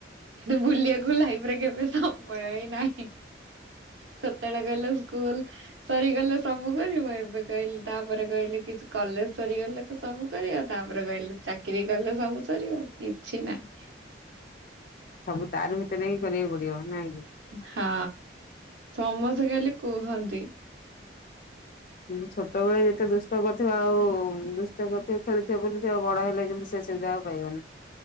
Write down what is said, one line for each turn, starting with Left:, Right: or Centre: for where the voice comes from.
Right: କିନ୍ତୁ ବୁଲିବାକୁ ଲାଇଫ କେବେ ସମୟ ହି ନାହିଁ। ସତେବେଳେ ଗଲେ ସ୍କୁଲ। ସରିଗଲେ ସବୁ କରିବ ଏବେ କହିଲେ ତାପରେ କହିଲେ କି କଲେଜ ସରିଗଲେ ତ ସବୁ କରିବ ତାପରେ କହିଲେ ଚାକିରି କଲେ ସବୁ ସରିବ କିଛି ନାହିଁ।
Left: ସବୁ ତାରି ଭିତରେ ହିଁ କରିବାକୁ ପଡିବ ନାଇଁକି?
Right: ହଁ ସମସ୍ତେ ଖାଲି କୁହନ୍ତି।
Left: <unintelligible> ଛୋଟବେଳେ ଯେତେ ଦୁଷ୍ଟ କରିଥିବ ଆଉ ଦୁଷ୍ଟ କରିଥିବ ଖେଳିଥିବ ବୁଲି ଥିବ ବଡ ହେଲେ କିନ୍ତୁ ସେ ସୁବିଧା ଆଉ ପାଇବନି।